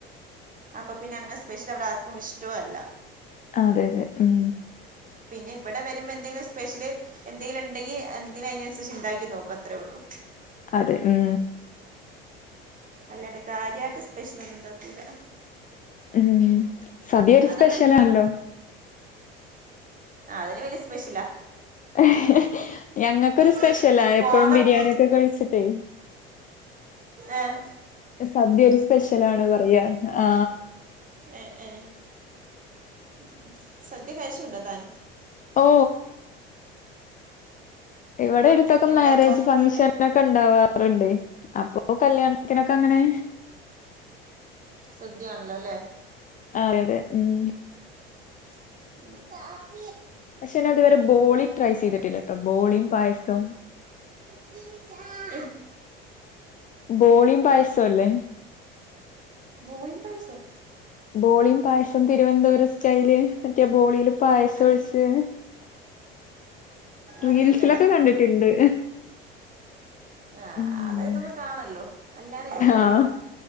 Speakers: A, on the right; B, on the left.
A: അപ്പൊ പിന്നെ അങ്ങനെ സ്പെഷ്യൽ അവിടെ ആർക്കും ഇഷ്ടവും അല്ല
B: അതെ അതെ ഉം
A: പിന്നെ ഇവിടെ വരുമ്പോ എന്തെങ്കിലും സ്പെഷ്യലി എന്തെങ്കിലും ഉണ്ടെങ്കിൽന്തിനനുസരിച്ച് ഉണ്ടാക്കി നോക്കും അത്രേയള്ളൂ
B: അതെ ഉം
A: അല്ലാണ്ട കാര്രിയമായിട്ട് സ്പെഷ്യലൊന്നും ഉണ്ടാക്കൂല
B: ഉം സദ്യൊ ഒരു
A: അത്
B: സ്പെഷ്യലാണല്ലോ
A: നമ്മൾ ഈ ആ അതിന് വല്ിയ സ്പെഷ്യലാ
B: <unintelligible> ഞങ്ങൾക്കൊരു സ്പെഷ്യലാ
A: ഈ ഫോണൊക്കെ
B: എപ്പോഴും ബിരിയാണിൊക്കെ കഴിച്ചിട്ടേ
A: ആഹ്
B: സദ്യൊ ഒരു സ്പെഷ്യലാണ് പറയാ ആ
A: ഏ ഏ ഉ സദ്യ കഴിച്ചിട്ടുണ്ടോ താൻ
B: ഓ ഇവിടെ എടുത്തൊക്കെ
A: എവിടെ
B: മാരേജ്
A: പുറത്ത്
B: ഫംഗഷന
A: പോയിട്ട്
B: ഒക്കെ ഉണ്ടാവാറുണ്ട് അപ്പോൊ കല്യാണം <unintelligible> അങ്ങനെ
A: സദ്യയാണല്ലോല്ലേ
B: അതെതെ ഉം
A: ഉ
B: പക്ഷെ അതുവരെ ബോളി ട്രൈ
A: കാപ്പി
B: ചെയ്തിട്ടില്ലട്ടോ ബോളിയും പായസവും
A: ട്ട <unintelligible>
B: ബോളിയും പായസമല്ലേ
A: ബോളി പയിസൊ
B: ബോളിയും പായസം തിരുവനന്തപുരം സ്റ്റൈല് മറ്റേ ബോളിയില് പായസം
A: അതെനിക്ക്
B: ഒഴിച്ച്
A: അറിയില്ലടാ
B: റീൽസിലൊക്കെ കണ്ടിട്ടുണ്ട്
A: ആഹ
B: ഉം
A: അത് നമ്മ കാണല്ലോ അല്ലാനും എനിക്കറിയില്ല
B: ആഹ്